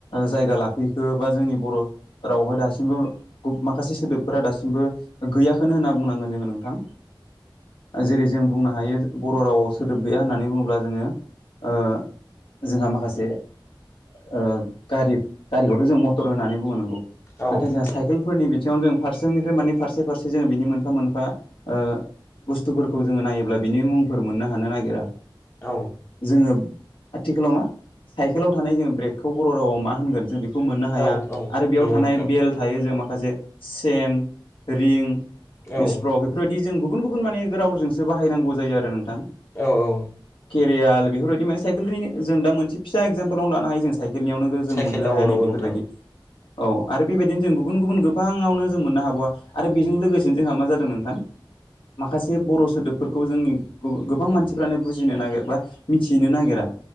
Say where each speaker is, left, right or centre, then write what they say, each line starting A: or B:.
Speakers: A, on the left (about 80°); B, on the left (about 30°).
A: जायगा लाफैखो बा जोंनि बर' रावआवहाय दासिमबो माखासे सोदोबफोरा दासिमबो गैयाखौनो होनना बुंनां जोङो नोंथां जेरै जों बुंनो हायो बर' रावाव सोदोब गैया होननानै बुङोब्ला जोङो ओ जोंहा माखासे ओ गारि गारिखौथ' जों मटर होननानै बुङो नांगौ
B: औ
A: नाथाय जोंहा साइकेलफोरनि बिथिङावनो जों फारसेनिफ्राय माने फारसे फारसे जोङो बिनि मोनफा मोनफा ओ बुस्थुफोरखौ जोङो नायोब्ला बिनि मुंफोर मोननो हानो नागिरा
B: औ
A: जोङो आथिखालाव मा साइकेलाव थानाय जोंङो ब्रेकखौ बर' रावाव मा होनगोन जों बे खौ मोननो हाया
B: औ औ नंगौ
A: आरो बेयाव थानाय
B: नोंथां
A: बेल थायो जों माखासे सेन रिं इसप्र'ग
B: औ
A: बेफोरबायदि जों गुबुन गुबुन माने रावजोंसो बाहायनांगौ जायो आरो नों
B: औ औ
A: रियाल बेफोर बायदि माने साइकेलनिनो जों दा मोनसे फिसा एकजामफोलावनो लानो हायो जों साइकेलनियावनो जों
B: साइकेल
A: मोननो
B: औ
A: हाया
B: नंगौ
A: नै बेफोरबायदि
B: नोंथां
A: औ आरो बेबायदिनो जों गुबुन गुबुन गोबाङावनो जों मोननो हाबावा आरो बेजों लोगोसेनो जोंहा मा जादों नोंथां
B: <inaudible>
A: माखासे बर' सोदोबफोरखौ जोंनि गोबां मानसिफ्रानो बुजिनो नागिर बा मिथिनो नागिरा